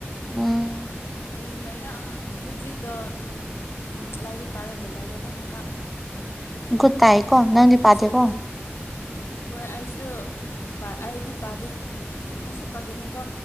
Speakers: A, in the centre; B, on the left.
A: ꯎꯝ꯫
B: ꯃꯤ ꯃꯌꯥꯝ ꯍꯧꯖꯤꯛꯗ ꯎ ꯂꯥꯏꯔꯤꯛ ꯄꯥꯔꯦꯒ ꯂꯩꯥꯏꯌꯦ ꯂꯣꯏꯅꯃꯛ꯫
A: ꯨꯒꯨꯗ ꯇꯥꯑꯦꯀꫭ ꯅꯪꯗꯤ
B: ꯃꯣꯏꯁꯨ
A: ꯄꯥꯗꯦꯀꫭ꯫
B: ꯍꯣꯏ ꯍꯣꯏ ꯑꯩꯁꯨ ꯑꯩꯗꯤ ꯄꯥꯗꯦ ꯑꯩꯁꯨ ꯄꯥꯒꯅꯤꯀꯣ꯫